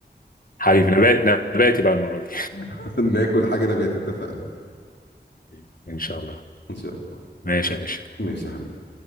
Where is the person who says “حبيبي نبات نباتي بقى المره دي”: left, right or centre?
Left